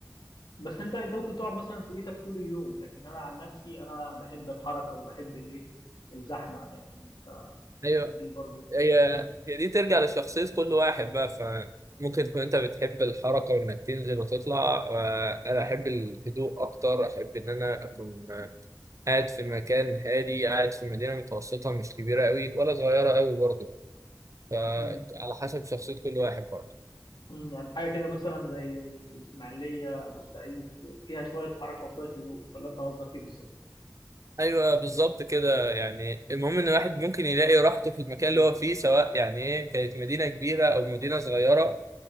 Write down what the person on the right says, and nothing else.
ايوه
هي
هي دي ترجع لشخصيه كل واحد بقى ف ممكن تكون انت بتحب الحركه وانك تنزل وتطلع انا احب الهدوء اكتر احب ان انا اكون قاعد في مكان هادي قاعد في مدينه متوسطه مش كبيره قوي ولا صغيره قوي برضه فعلى
حسب شخصيه كل واحد برضه
ايوه بالظبط كده يعني المهم ان الواحد ممكن يلاقي راحته في المكان
اللي هو فيه سواء يعني ايه كانت مدينه كبيره او مدينه صغيره